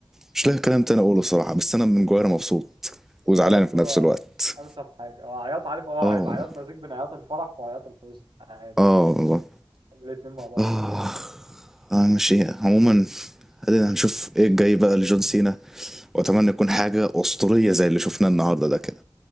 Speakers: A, in the centre; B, on the right.
A: مش لاقي كلام تاني اقوله صراحه بس انا من جوايا مبسوط
B: العياط
A: وزعلان في
B: هو
A: نفس الوقت
B: انسب حاجه اه عياط عارف اه
A: اه
B: هيبقى
A: والله
B: عياط مزيج بين عياط الفرح وعياط الحزن عادي
A: اه
B: يعني
A: والله
B: الاتنين مع بعض
A: اه انا مش ايه عموما ادينا هنشوف ايه الجاي بقى لجون سينا واتمنى يكون حاجه اسطوريه زي اللي شفناه النهارده ده كده